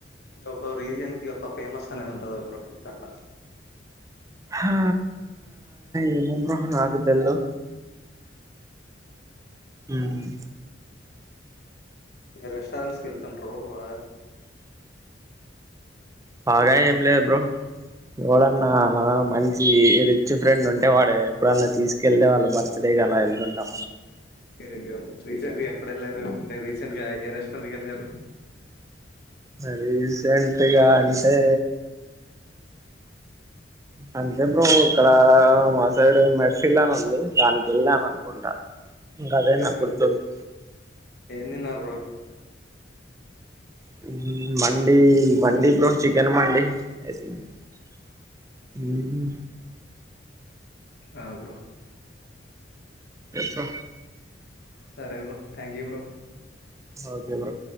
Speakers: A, on the left; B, on the right.
A: ఒకో రీజియన్ కి ఒక ఫేమస్ అనేది ఉంటది గ బ్రో అట్లా
B: హా ఏమో బ్రో నాకు తెల్దు మ్
A: ఇ రెస్టారెంట్స్కి కేళ్తుంటరు బ్రో బాగా
B: బాగా ఎం లెద్ బ్రో ఎవడన్నా మ మంచి రిచ్ ఫ్రెండ్ ఉంటే వాడు ఎప్పుడన్నా తీసుకెళ్తే వాళ్ళ బర్త్డేకలా ఏళ్తుంటాం
A: ఒకే ఒకే బ్రో రీసెంట్ గ ఎ ఎప్పుడెల్లరు అంటే రీసెంట్ గా ఏ రెస్టారెంట్ కెల్లారు
B: రీసెంట్ గా అంటే అంతే బ్రో ఇక్కడ మా సైడ్ మేఫిల అని ఉంది దానికేళ్లను అనుకుంటా ఇంకా అదే
A: ఓకే
B: నా
A: బ్రో
B: గుర్తుంది
A: ఏం తిన్నర్ బ్రో
B: హ్మ్ మండీ మండి bro chicken mandi I see మ్
A: ఆ బ్రో
B: చెప్ బ్రో
A: సరే bro thank you bro
B: okay bro